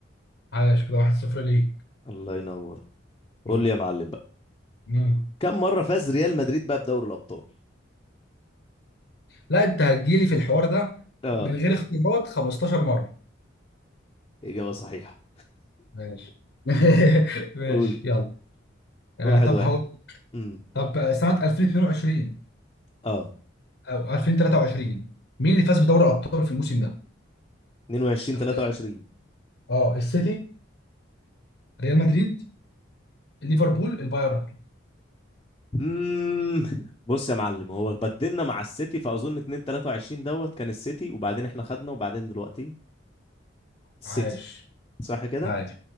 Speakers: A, on the left; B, on the left.
A: عاش كده 1-0 ليك
B: الله ينور قول
A: مم.
B: لي يا معلم بقى
A: مم.
B: كم مرة فاز ريال مدريد بقى بدوري الابطال
A: لا انت هتجيلي في الحوار ده
B: اه
A: من غير اختيارات 15 مرة
B: اجابة صحيحة
A: ماشي <laughs> ماشي
B: قول
A: يلا آه
B: واحد
A: طب
B: واحد
A: هقول
B: امم
A: طب آه، سنة 2022
B: اه
A: او 2023 مين اللي فاز بدوري الابطال في الموسم ده؟
B: 22
A: اخت-
B: 23
A: اه السيتي ريال مدريد ليفربول البايرن
B: امم بص يا معلم هو بدلنا مع السيتي فاظن 2 23 دوت كان السيتي وبعدين احنا خدنا وبعدين دلوقتي السيتي
A: عاش
B: صح كده
A: عاش